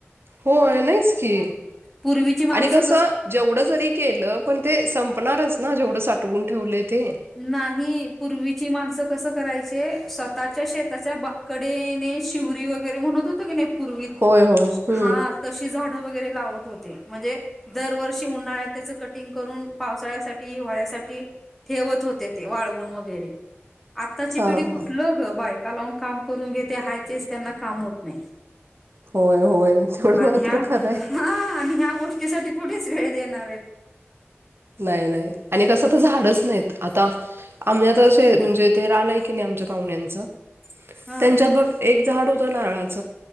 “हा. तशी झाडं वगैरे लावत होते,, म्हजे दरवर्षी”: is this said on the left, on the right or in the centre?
Centre